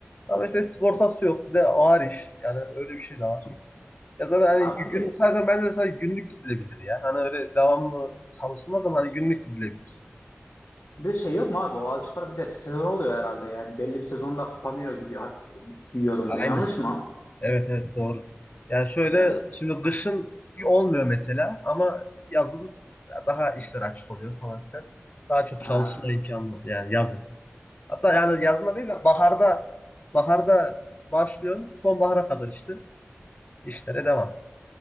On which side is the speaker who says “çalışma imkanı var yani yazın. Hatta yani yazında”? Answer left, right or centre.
Left